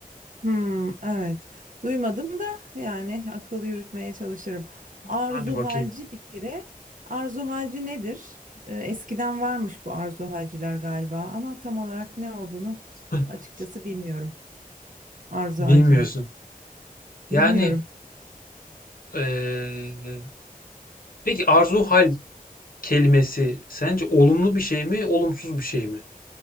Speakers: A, on the right; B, on the left.
A: Hmm, evet. Duymadım da yani akıl yürütmeye çalışırım. Arzu
B: Hadi bakayım.
A: halci bir kere. Arzu halci nedir? Ee, eskiden varmış bu arzu halciler galiba ama tam olarak ne olduğunu
B: <laughs>
A: açıkçası bilmiyorum. Arzu
B: Bilmiyorsun.
A: halcinin.
B: Yani
A: Bilmiyorum.
B: eee, peki arzu hal kelimesi sence olumlu bir şey mi, olumsuz bir şey mi?